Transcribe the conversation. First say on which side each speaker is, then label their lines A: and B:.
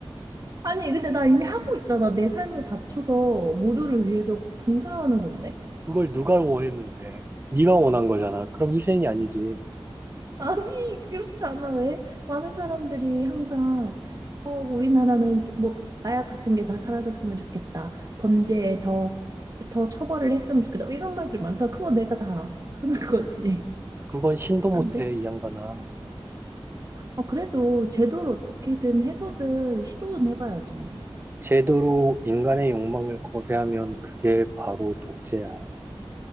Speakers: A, on the right (about 40°); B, on the right (about 25°).
A: 아니, 근데 나 이미 하고 있잖아. 내 삶을 바쳐서 모두를 위해서 봉사하는 건데?
B: <laughs> 그걸 누가 원했는데? 네가 원한 거잖아. 그럼 희생이 아니지.
A: 아니, 그렇지 않아. 왜? 많은 사람들이 항상, 어, 우리나라는 좀 뭐, 마약 같은 게 다 사라졌으면 좋겠다. 범죄에 더, 더 처벌을 했으면 좋겠다. 이런 말들 많잖아. 그거 내가 다 하는 거지.
B: 그건 신도
A: 안
B: 못해,
A: 돼?
B: 이 양반아.
A: 아, 그래도 제도를 어떻게든 해서든 시도는 해봐야지.
B: 제도로 인간의 욕망을 거세하면 그게 바로 독재야.